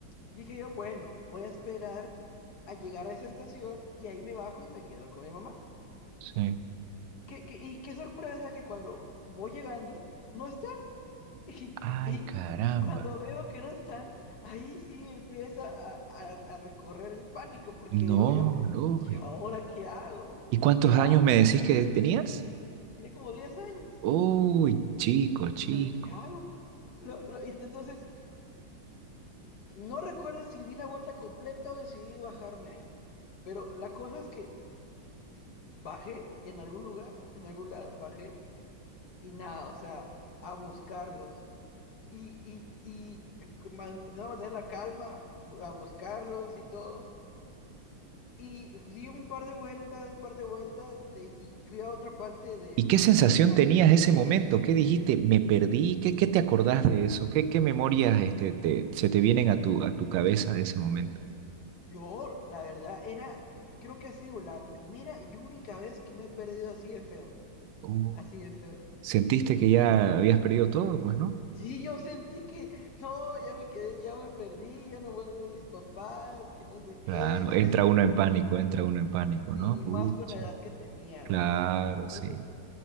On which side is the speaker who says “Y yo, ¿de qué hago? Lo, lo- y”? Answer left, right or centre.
Left